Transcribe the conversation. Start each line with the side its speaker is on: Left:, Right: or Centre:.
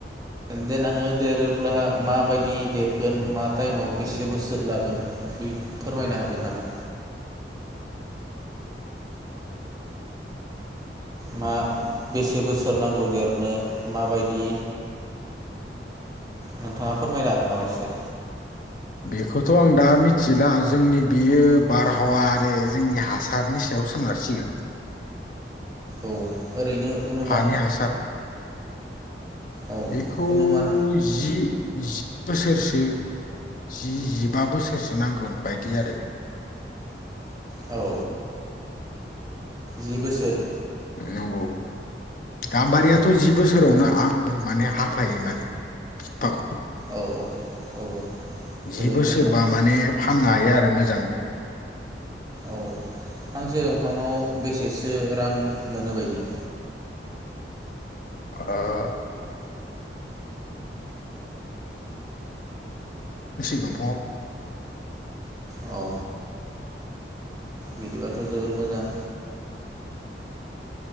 Right: देनांओ देरोब्ला माबायदि देरगोन मा टाइमाव बेसे बोसोर लागोन उम फोरमायनो हागोन नामा? मा बेसे बोसोर नांगौ देरनो माबायदि नोंथाङा फोरमायनो हागोन नामा एसे?
Left: बेखौथ आं दा मिथिला जोंनि बियो बारहावा आरो जोंनि हासारनि सायाव सोनारसिगोन।
Right: औ ओरैनो अनुमान
Left: हानि हासार
Right: औ
Left: बेखौ
Right: अनुमान
Left: जि जि बोसोरसो जि जिबा बोसोरसो नांगोन बायदि आरो
Right: औ जि बोसोर
Left: नंगौ गाम्बारियाथ
Right: औ
Left: जि बोसोरावनो आं माने हा फाय माने बिफांखौ
Right: औ औ औ जोबोर
Left: जि बोसोरबा
Right: मोजां
Left: माने फा फाननो हायो आरो मोजां
Right: औ फांसे दंफाङाव बेसेसो रां मोनो बायदि
Left: <inaudible> दङ
Right: औ बिदिबाथ जोबोर मोजां